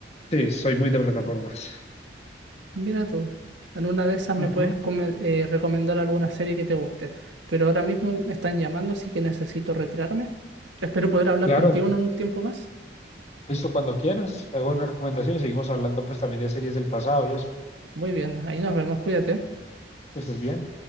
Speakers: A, on the left; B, on the right.
A: Sí, soy muy de plataformas.
B: Mira tú, en una de esas me
A: Ujú,
B: puedes come- eh, recomendar alguna serie que te guste, pero ahora mismo me están llamando, así que necesito retirarme. Espero poder hablar
A: Claro,
B: contigo en un tiempo más.
A: listo cuando quieras. Te hago las recomendaciones y seguimos hablando pues también de series del pasado y eso.
B: Muy bien, ahí nos vemos, cuídate.
A: Que estés bien.